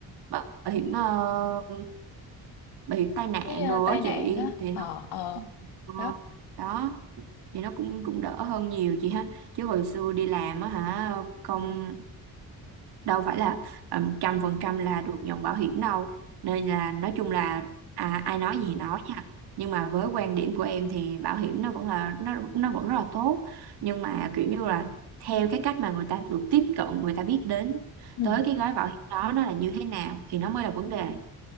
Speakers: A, on the right (about 85°); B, on the left (about 80°).
A: bảo bảo hiểm ờ, bị tai nạn
B: cái ờ,
A: rồi
B: tai
A: á
B: nạn
A: chị
B: á
A: thì
B: ờ
A: nó
B: ờ
A: ờ,
B: đó
A: đó thì nó cũng cũng đỡ hơn nhiều chị ha chứ hồi xưa đi làm á hả không
B: Ừ.
A: đâu phải là ờ, một trăm phần trăm là được nhận bảo hiểm đâu nên là nói chung là à, ai nói gì thì nói nha nhưng mà với quan điểm của em thì bảo hiểm nó vẫn là nó nó vẫn rất là tốt nhưng mà kiểu như là theo cái cách mà người ta được tiếp cận người ta biết đến
B: ừ.
A: tới cái gói bảo hiểm đó nó là như thế nào thì nó mới là vấn đề